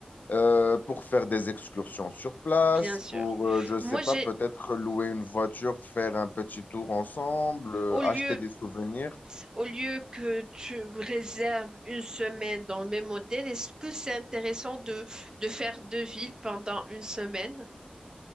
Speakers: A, on the left (about 70°); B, on the right (about 25°).
A: euh, pour faire des excursions sur place,
B: bien sûr.
A: pour, euh, je ne sais
B: Moi,
A: pas,
B: j'ai
A: peut-être louer une voiture, faire un petit tour ensemble, euh,
B: au lieu
A: acheter des souvenirs.
B: au lieu que tu me réserves une semaine dans le même hôtel, est-ce que c'est intéressant de de faire deux villes pendant une semaine?